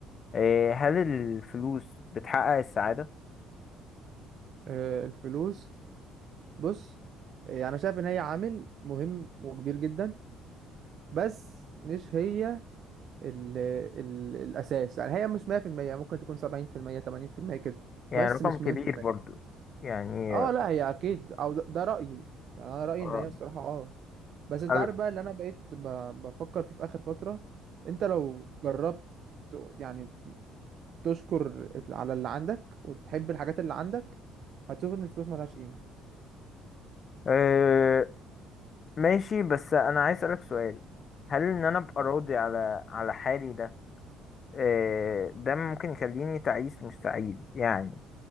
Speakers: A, on the left; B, on the right.
A: آه هل الفلوس بتحقق السعادة
B: آه، الفلوس بص آه، يعني انا شايف ان هي عامل مهم وكبير جدا بس مش هي ال ال الاساس يعني هي مش 100% ممكن تكون 70% 80% كده
A: يعني
B: بس
A: رقم
B: مش
A: كبير
B: 100%
A: برضو يعني
B: اه لا هي اكيد او ده, ده رايي يعني انا رايي
A: اه
B: ان هي الصراحه اه بس انت
A: اه
B: عارف بقى اللي انا بقيت ب... بفكر فيه في اخر فتره انت لو جربت ت- يعني تشكر ال- على اللي عندك وتحب الحاجات اللي عندك هتشوف ان الفلوس ملهاش قيمه
A: آه، ماشي بس انا عايز اسالك سؤال هل ان انا ابقى
B: آه.
A: راضي على على حالي ده آه، ده ممكن يخليني تعيس مش سعيد يعني